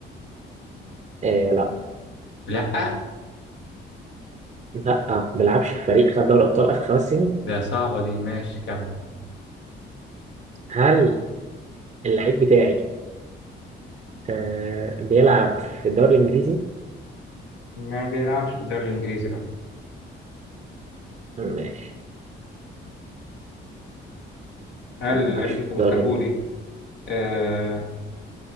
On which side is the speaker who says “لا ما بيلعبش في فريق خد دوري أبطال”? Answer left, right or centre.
Right